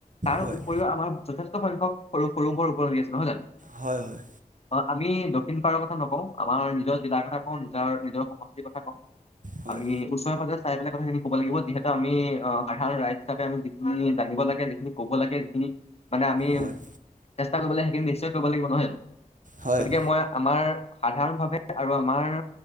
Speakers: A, on the left (about 45°); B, on the right (about 60°).
A: তাৰ
B: হয়
A: উপৰিও আমাৰ যথেষ্ট সংখ্যক সৰু সৰু উপনৈ আছে নহয় জানো?
B: হয়, হয়,
A: অ, আমি দক্ষিণ পাৰৰ কথা নকওঁ আমাৰ নিজৰ জিলাৰ কথা কওঁ নিজৰ নিজৰ সমষ্টিৰ কথা কওঁ।
B: হয়
A: আমি
B: হয়
A: ওচৰ পাজাৰ চবাক কথাখিনি ক'ব লাগিব যিহেতু আমি অ সাধাৰণ ৰাইজ হিচাপ আমি যিখিনি জানিব লাগে যিখিন কব লাগে যিখিনি মানে আমি
B: হয়
A: চেষ্টা কৰিবলৈ সেইখিনি নিশ্চয় কৰিব লাগিব নহয় জানো?
B: হয়
A: গতিকে
B: হয়
A: মই আমাৰ সাধাৰণ ভাৱে আৰু আমাৰ